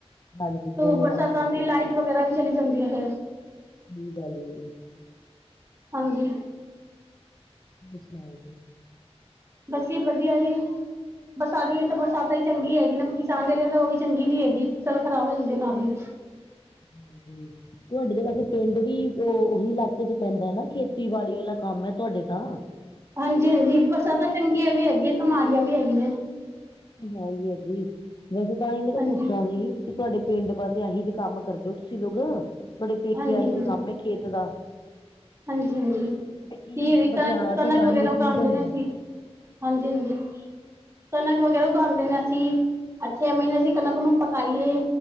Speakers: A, on the left; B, on the right.
A: ਹਾਂਜੀ
B: ਤੇ
A: ਗੁੰਮ
B: ਬਰਸਾਤ
A: ਮੱਚ
B: ਆਂਦੀ
A: ਜਾਂਦਾ
B: ਲਾਈਟ
A: ਜੀ
B: ਵਗੈਰਾ ਵੀ ਚਲੀ ਜਾਂਦੀ ਹੈ ਫੇਰ।
A: ਕੀ ਗੱਲ ਹੈ।
B: ਹਾਂਜੀ।
A: ਸੁਣਾਓ ਜੀ।
B: ਬਸ ਜੀ ਵਧੀਆ ਜੀ। ਬਰਸਾਤ ਤਾਂ ਬਰਸਾਤ ਹੀ ਚੰਗੀ ਹੈਗੀ ਨਾ ਕਿਸਾਨ ਦੇ ਲਈ ਤਾਂ ਉਹ ਵੀ ਚੰਗੀ ਨੀ ਹੈਗੀ ਫਸਲ ਖਰਾਬ ਹੋ ਜਾਂਦੀ ਹੈ ਉਹਨਾ ਦੀ।
A: ਹਾਂਜੀ। ਤੁਹਾਡੇ ਤਾਂ ਵੈਸੇ ਪਿੰਡ ਵੀ ਉਹੀ ਇਲਾਕੇ ਚ ਪੈਂਦਾ ਹੈ ਨਾ ਖੇਤੀਬਾੜੀ ਵਾਲਾ ਕੰਮ ਹੈ ਤੁਹਾਡੇ ਤਾਂ
B: ਹਾਂਜੀ ਹਾਂਜੀ ਬਰਸਾਤਾਂ ਚੰਗੀਆਂ ਵੀ ਹੈਗੀਆਂ ਤੇ ਮਾੜੀਆ ਵੀ ਹੈਗੀਆਂ ਨੇ।
A: ਹੈ ਈ ਐ ਜੀ ਵੈਸੇ ਤਾਂ ਹੀ ਮੈਂ
B: ਹਾਂਜੀ।
A: ਪੁੱ ਛਿਆ ਸੀ। ਕਿ ਤੁਹਾਡੇ ਪਿੰਡ ਪਾਸੇ ਆਹੀ ਦੇ ਕੰਮ ਕਰਦੇ ਹੋ ਤੁਸੀਂ ਲੋਕ ਤੁਹਾਡੇ ਪੇਕੇ
B: ਹਾਂਜੀ,
A: ਆਹੀ
B: ਹਾਂਜੀ,
A: ਤੇ ਕੰਮ ਹੈ ਖੇਤ ਦਾ।
B: ਹਾਂਜੀ ਹਾਂਜੀ
A: ਤੇ ਕੀ ਬਰਸਾਤ
B: ਕਣਕ
A: ਉਤਾਰੀ
B: ਵਗੈਰਾ
A: ਹੈ
B: ਉਗਾਂਦੇ
A: ਕੀ ਬਣਿਆ
B: ਨੇ ਅਸੀਂ। ਹਾਂਜੀ ਹਾਂਜੀ ਕਣਕ ਵਗੈਰਾ ਉਗਾਦੇ ਨੇ ਅਸੀ ਛੇ ਮਹੀਨੇ ਅਸੀਂ ਕਣਕ ਨੂੰ ਪਕਾਈਏ।